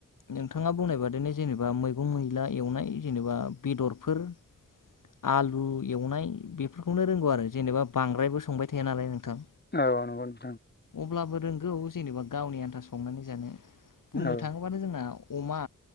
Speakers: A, on the left; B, on the left.
A: नोंथाङा बुंनाय बादिनो जेनेबा मैगं मैला एवनाय जेनेबा बेदरफोर
B: <inaudible>
A: आलु एवनाय बेफोरखौनो रोंगौ आरो जेनेबा बांद्रायबो संबाय थाया नालाय नोंथां।
B: औ नंगौ नोंथां।
A: अब्लाबो रोंगौ जेनेबा गावनि आन्था संनानै जानो बुंनो
B: औ
A: थाङोबानो जोंना अमा